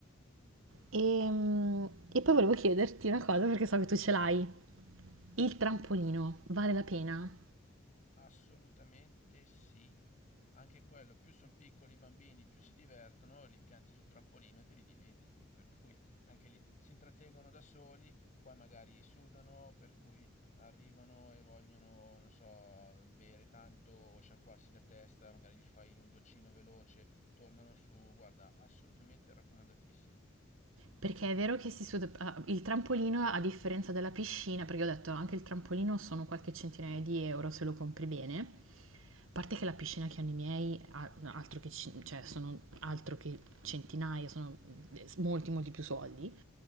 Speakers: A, on the right; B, on the left.
A: E, mm, e poi volevo chiederti una cosa perché so che tu ce l'hai. Il trampolino vale la pena?
B: Assolutamente sì. Anche quello, più sono piccoli i bambini, più si divertono, li pianti sul trampolino e te li dimentichi, per cui anche lì si intrattengono da soli, poi magari sudano, per cui arrivano e vogliono, non so, bere tanto o sciacquarsi la testa, magari gli fai un doccino veloce, tornano su, guarda, assolutamente raccomandatissimo.
A: Perché è vero che si suda, ah, il trampolino, a differenza della piscina, perché ho detto anche il trampolino sono qualche centinaia di euro se lo compri bene. A parte che la piscina che hanno i miei, ah, altro che, cin- cioè, sono altro che centinaia, sono eh, molti, molti più soldi.